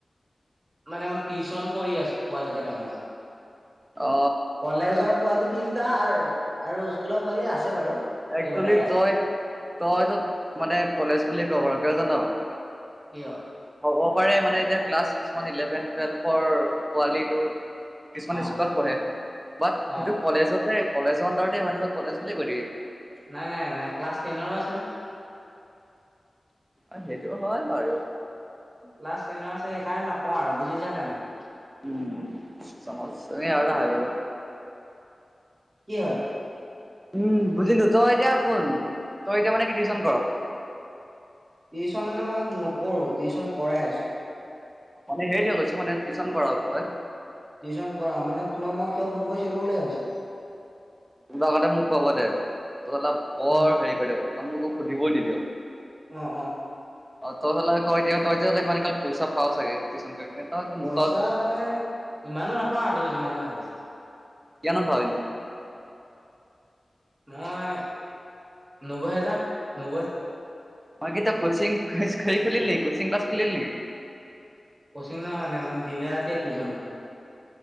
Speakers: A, on the right; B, on the right.
A: মানে মই টিউচন কৰি আছো পোৱালি কেইটামানক।
B: অ
A: কলেজৰ পোৱালি তিনটা আৰু স্কুলৰ পোৱালি আছে বাৰু
B: একচেলি
A: কেইবাটাই আছে
B: তইটো তই এইটো মানে কলেজ বুলি ক ঘৰক জান
A: এয়
B: হ'ব পাৰে মানে এতিয়া ক্লাছ কিছুমান ইলেভেন টুৱেল্ভৰ পোৱালীটোৰ কিছুমান
A: অ
B: স্কুলত পঢ়ে ব সেইটো
A: অ
B: কলেজতে কলেজৰডাৰতে হয় ন কলেজ বুলি কলি
A: নাই-নাই-নাই ক্লাছ টেনৰো আছে যে।
B: অ' সেইটো নহয় বাৰু।
A: ক্লাছ টেনৰ আছে সেইকাৰণে নকওঁ আৰু বুজিছা নে নাই।
B: উম চামচ এনে আৰুটা হয় বাৰু।
A: কি হয়।
B: উম, বুজিলো তই এতিয়া শুন তই এতিয়া মানে কি কিওশন কৰ।
A: টিউশন মানে মই নকৰো টিউশ্যন কৰাই আছো।
B: মানে হেৰি কৈছো মানে টিচন কৰাক কৈ।
A: টিউশন কৰা মানে তোমাক মই কিয় ফোন কৰিছিলো বুলিয় ভাবিছে।
B: ত আগতে মোক কব দে ত বৰ
A: উম
B: হেৰি কৰি দ তই মোকো সুধিব নিদিয়ক।
A: অঁ-অঁ,
B: অ' ত যল ক ত মানে কাল পইছা পাউচাগে টিউচন কৰি। পিনে তই একো
A: পইচা
B: নোপাৱ কিয়
A: মানে ইমানো নাপাওঁ আৰু তুমি যিমান দি ভাবিছা।
B: কিমান মন পা এনেই।
A: মই নব্বৈ হেজাৰ নব্বৈ।
B: মি ত কচিং খ খুুলিল ন কচিং ক্লছ খুুলিল নেকি?
A: কচিং ন হয় নাই মানে দিনে ৰাতিযে টিউচন কৰো।